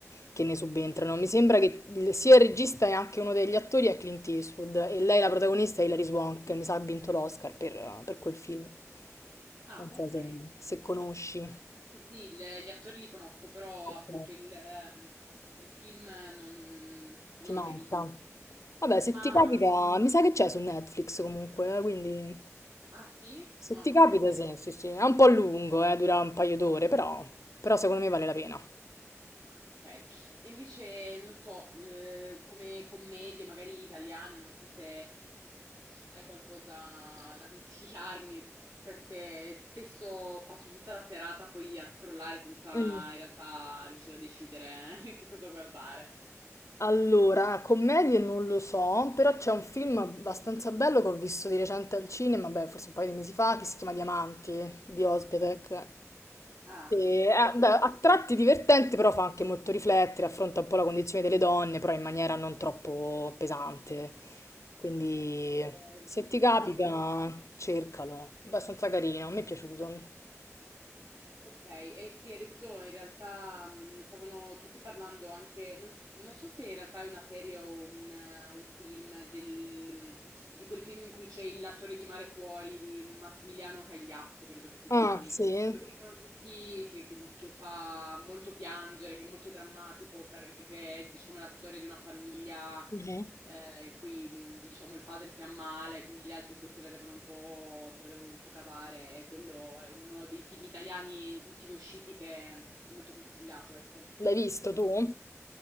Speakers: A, on the left (about 70°); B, on the right (about 85°).
A: che ne subentrano. Mi sembra che il- sia il regista e anche uno degli attori è Clint Eastwood e lei la protagonista è Hilary Swank, mi sa ha vinto l'Oscar per, per quel film.
B: Ah,
A: Non
B: okay.
A: so se se conosci.
B: Sì, sì, il gli attori li conosco, però
A: Ok,
B: appunto il ehm, il film non non
A: ti manca.
B: l'ho mai visto.
A: Vabbè, se
B: Ma
A: ti
B: mhmm,
A: capita, mi sa che c'è su Netflix comunque, eh, quindi
B: ah sì?
A: se
B: Ah,
A: ti
B: okay,
A: capita,
B: bene.
A: sì, sì, sì. È un po' lungo, eh, dura un paio d'ore, però, però secondo me vale la pena.
B: Ah, ok. E invece, non so, eh, come commedie, magari italiane, non so se hai qualcosa da consigliarmi, perché spesso passo tutta la serata poi a scrollare senza
A: Mm.
B: in realtà riuscire a decidere <laughs> che cosa guardare.
A: Allora, commedie non lo so, però c'è un film abbastanza bello che ho visto di recente al cinema, beh, forse un paio di mesi fa, che si chiama Diamanti, di Özpetek.
B: Ah,
A: Sì, eh,
B: e
A: beh,
B: sì,
A: a tratti divertente, però fa anche molto riflettere, affronta un po' la condizione delle donne, però in maniera non troppo pesante. Quindi
B: eh,
A: se ti capita,
B: no,
A: cercalo. Abbastanza carino,
B: ok.
A: mi è piaciuto.
B: Ok, eh sì, adesso in realtà mh, stavano tutti parlando anche, non, non so se in realtà è una serie o un, eh, un film del- mhmm, di quel film in cui c'è il- l'attore di Mare Fuori di Massimiliano Cagliazzo, credo che si
A: Ah,
B: chiami,
A: sì?
B: quello che dicono tutti che, che- mhmm, che fa molto piangere, che è molto drammatico per- perché è diciamo la storia di una famiglia
A: Mhm.
B: eh, in cui mh, diciamo il padre si ammala e quindi gli altri poi se la devono un po', se la devono un po' cavare. E quello è uno dei film italiani ultimi usciti che è molto consigliato, ecco.
A: L'hai visto tu?